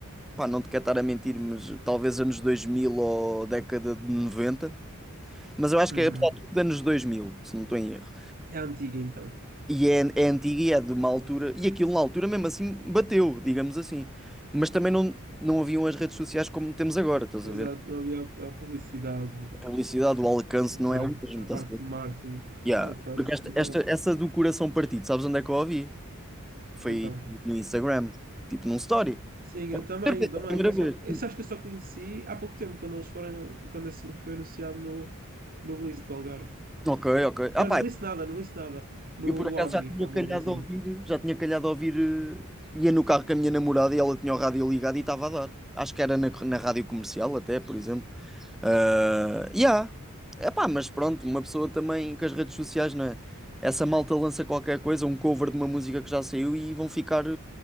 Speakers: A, in the centre; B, on the right.
A: pá, não te quero estar a mentir, mas talvez anos 2000 ou década de 90. Mas eu acho
B: Uhum.
A: que é apesar de tudo anos 2000, se não estou em erro.
B: É antiga, então.
A: E é, é antiga e é de uma altura. E aquilo na altura mesmo assim bateu, digamos assim. Mas também não, não haviam as redes sociais como temos agora, estás
B: Exato,
A: a ver?
B: não havia a a publicidade.
A: A publicidade, o alcance
B: O
A: não
B: mar-
A: é o mesmo,
B: a
A: estás
B: parte
A: a ver?
B: do marketing,
A: Yeah.
B: o alcance,
A: Porque esta,
B: exato.
A: esta, essa do coração partido, sabes onde é que eu a ouvi? Foi
B: Então,
A: no Instagram, tipo num story.
B: sim,
A: É
B: eu
A: a
B: também,
A: primeira vez.
B: eu também.
A: é a primeira
B: Eu
A: vez.
B: só, eu, sabes que eu só conheci há pouco tempo, quando eles foram, quando esse grupo foi anunciado no, no Blitz do Algarve.
A: Ok, ok. Ah,
B: Não,
A: pá,
B: no Blitz nada, no Blitz nada. No
A: eu por acaso
B: Oni,
A: já tinha
B: em Póvoa
A: calhado
B: do Varzim.
A: a ouvir, já tinha calhado a ouvir, eh, ia no carro com a minha namorada e ela tinha o rádio ligado e estava a dar. Acho que era na, na rádio comercial até, por exemplo. Ah, yeah. Epá, mas pronto, uma pessoa também com as redes sociais, não é? Essa malta lança qualquer coisa, um cover de uma música que já saiu e vão ficar, eh,